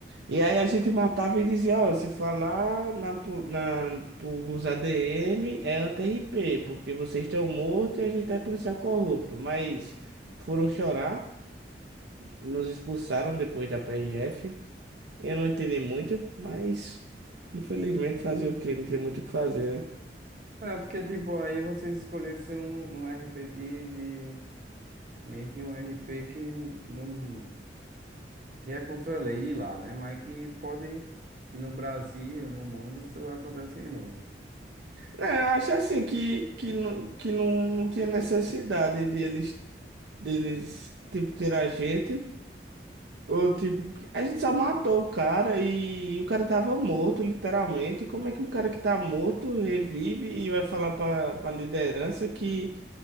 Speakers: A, on the right; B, on the right.
A: E aí a gente matava e dizia, ó, se falar na, pu- na, pros ADM é anti-RP, porque vocês estão mortos e a gente é policial corrupto, mas foram chorar. Nos expulsaram depois da PRF. Eu não entendi muito, mas infelizmente fazer o quê? Não tem muito o que fazer, né?
B: É, porque, tipo, aí vocês escolheram ser um, um RP de, de- Meio que um RP que, que não. que é contra a lei de lá, né? Mas que pode, e no Brasil, no mundo, isso acontece muito.
A: É, eu acho assim que, que, não, que não, não tinha necessidade deles, deles, tipo, ter a gente. Ou tipo, a gente só matou o cara e o cara tava morto, literalmente. Como é que um cara que tá morto revive e vai falar pra, pra liderança que,